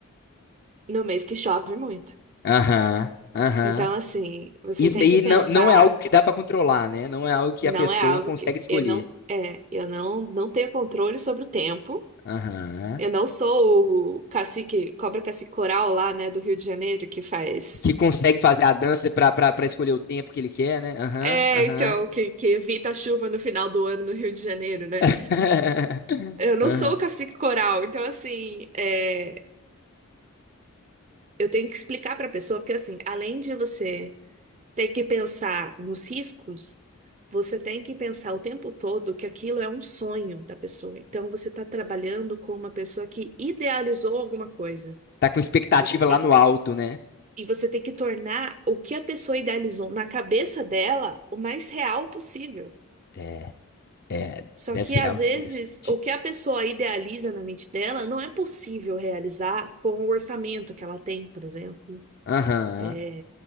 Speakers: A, on the right; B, on the left.
A: no mês que chove muito.
B: Aham. Aham.
A: Então, assim, você
B: Isso
A: tem
B: aí
A: que pensar,
B: não, não é algo que dá pra controlar, né? Não é algo que
A: não
B: a pessoa
A: é algo
B: consegue
A: que
B: escolher.
A: eu não, é, eu não, não tenho controle sobre o tempo.
B: Aham.
A: Eu não sou o cacique, cobra cacique coral lá, né, do Rio de Janeiro, que faz.
B: Que consegue fazer a dança pra pra- pra escolher o tempo que ele quer, né? Aham.
A: É,
B: Aham.
A: então, que, que evita a chuva no final do ano no Rio de Janeiro, né?
B: <laughs>
A: Eu não
B: Aham.
A: sou o cacique coral, então, assim, é, eu tenho que explicar pra pessoa, porque, assim, além de você ter que pensar nos riscos, você tem que pensar o tempo todo que aquilo é um sonho da pessoa. Então, você tá trabalhando com uma pessoa que idealizou alguma coisa.
B: Tá com expectativa
A: E você tem
B: lá no alto, né?
A: E você tem que tornar o que a pessoa idealizou na cabeça dela o mais real possível.
B: É, é,
A: Só
B: deve
A: que
B: ser
A: às
B: algo
A: vezes
B: estressante.
A: o que a pessoa idealiza na mente dela não é possível realizar com o orçamento que ela tem, por exemplo,
B: Aham,
A: é,